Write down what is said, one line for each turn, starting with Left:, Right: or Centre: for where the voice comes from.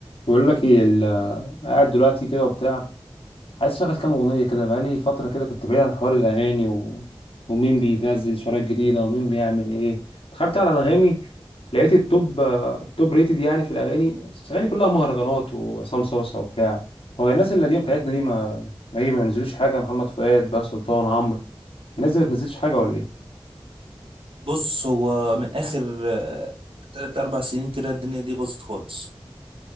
Left: بقول لك ايه ال- قاعد دلوقتي كده وبتاع عايز اشغل كام اغنيه كده بقالي فتره كده كنت بعيد عن حوار الاغاني و... ومين بينزل شرايط جديده ومين بيعمل ايه دخلت على انغامي لقيت التوب التوب ريتد يعني في الاغاني الاغاني كلها مهرجانات وعصام صوصه وبتاع هو الناس القديمه بتاعتنا دي ما ما هي ما بينزلوش حاجه محمد فؤاد بقى سلطان عمرو الناس دي ما بتنزلش حاجه ولا ايه
Right: بص هو من اخر آه، تلات اربع سنين كده الدنيا دي باظت خالص